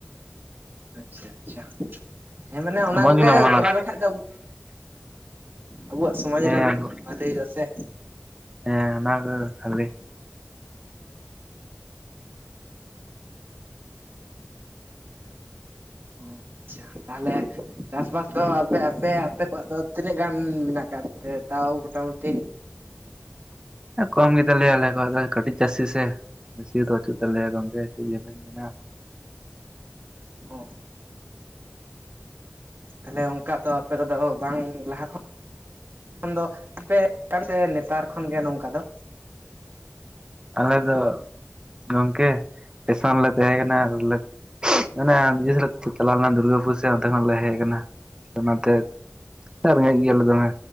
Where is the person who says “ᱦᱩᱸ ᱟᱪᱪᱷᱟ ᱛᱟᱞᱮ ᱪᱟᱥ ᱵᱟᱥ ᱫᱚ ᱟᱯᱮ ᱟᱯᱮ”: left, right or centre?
Right